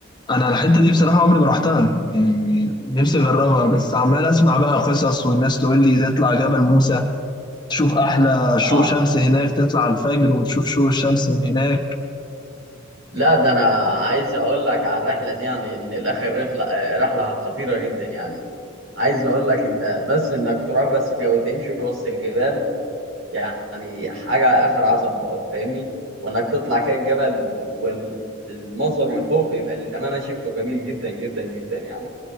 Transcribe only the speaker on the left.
انا الحته دي بصراحه عمري ما رحتها يعني نفسي اجربها بس عمال اسمع بقى قصص والناس تقول لي تطلع جبل موسى تشوف احلى شروق
شمس هناك تطلع على الفجر وتشوف شروق الشمس من هناك